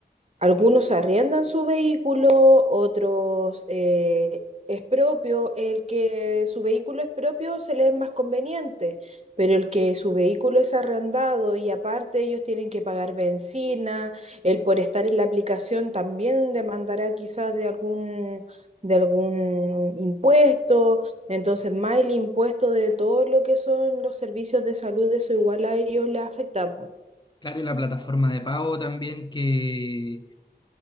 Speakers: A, on the right; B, on the left.
A: algunos arriendan su vehículo, otros eh, es propio. El que su vehículo es propio se le es más conveniente, pero el que su vehículo es arrendado y aparte ellos tienen que pagar benzina, el por estar en la aplicación también demandará quizás de algún, de algún impuesto. Entonces, más el impuesto de todo lo que son los servicios de salud, eso igual a ellos les afecta. po.
B: Claro, y la plataforma de pago también que